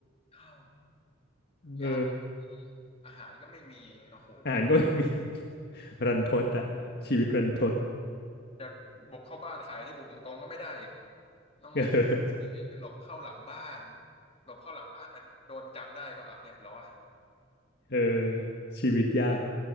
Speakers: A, on the left; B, on the left.
A: อ้าว
B: เออ
A: ยากิอาหารก็ไม่มีโอ้โห
B: อาหารก็ไม่มี <laughs> รันทดอ่ะชีวิตรันทด
A: จะบุกเข้าบ้านใครนี่บุกตรงๆก็ไม่ได้อีก ต้อง
B: เออ
A: หลบเข้าหลังบ้านหลบเข้าหลังบ้านมันโดนจับได้ก็อ่ะเรียบร้อย
B: เออชีวิตยาก